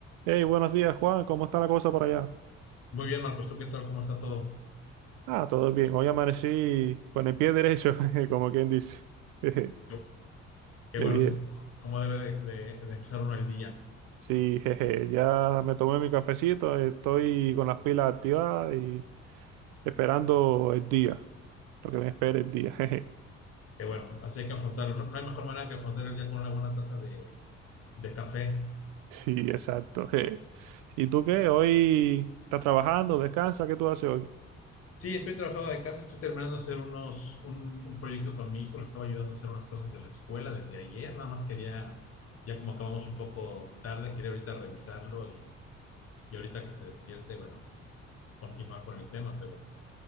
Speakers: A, on the right; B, on the left.
A: Hey, buenos días, Juan. ¿Cómo está la cosa por allá?
B: Muy bien, Marcos, ¿tú qué tal? ¿Cómo está todo?
A: Ah, todo bien. Hoy amanecí con el pie derecho, <laughs> jeje, como quien dice. <laughs> Jeje,
B: Yo- Qué
A: Qué
B: bueno,
A: bien.
B: eso es como debe de, de- de empezar uno el día.
A: Sí, jeje. Ya me tomé mi cafecito. Estoy con las pilas activadas y esperando el día. Lo que me espera el día. <laughs> jeje.
B: Qué bueno, así hay que afrontarlo. No, no hay mejor manera que afrontar el día con una buena taza de, de café.
A: Sí, exacto. jeje. ¿Y tú qué? ¿Hoy estás trabajando? ¿Descansa? ¿Qué tú haces hoy?
B: Sí, estoy trabajando de casa, estoy terminando de hacer unos, un, un proyecto con mi hijo, le estaba ayudando a hacer unas cosas de la escuela desde ayer, nada más quería, ya como acabamos un poco tarde, quería ahorita revisarlo y, y ahorita que se despierte, bueno, continuar con el tema, pero...